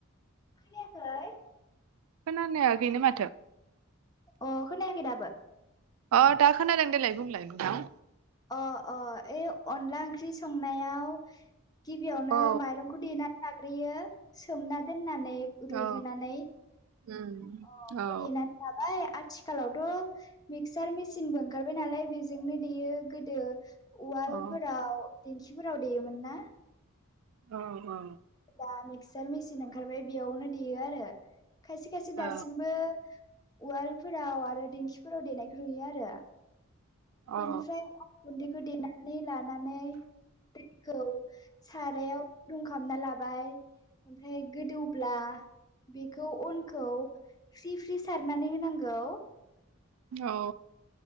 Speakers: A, on the left (about 20°); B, on the right (about 75°).
A: खोनायाखै
B: खोनानायाखैनो माथो।
A: अ खोनायाखै दाबो।
B: अ दा खोनादों देलाय बुंलाय नोंथां।
A: अ अ ओइ अनला ओंख्रि संनायाव गिबियावनो
B: औ
A: माइरंखौ देनानै लाग्रोयो सोमना दोननानै ओइ रुइहोनानै
B: औ उम
A: अ ओमफाय
B: औ
A: देनानै लाबाय आथिखालावथ' मिक्सार मेसिनबो ओंखारबाय नालाय बेजोंनो देयो गोदो उवालफोराव
B: औ
A: दिंखिफोराव देयोमोन ना।
B: औ औ।
A: दा मिक्सार मेचिन ओंखारबाय बेयावनो देयो आरो। खायसे खायसे दासिमबो
B: औ
A: उवालफोराव आरो दिंखिफोराव देनायखौ नुयो आरो।
B: औ
A: बेनिफ्राय गुन्दैखौ देनानै लानानै दैखौ सारायाव गुदुंखामना लाबाय ओमफ्राय गोदौब्ला बेखौ अनखौ सि थ्रि सारनानै होनांगौ।
B: औ।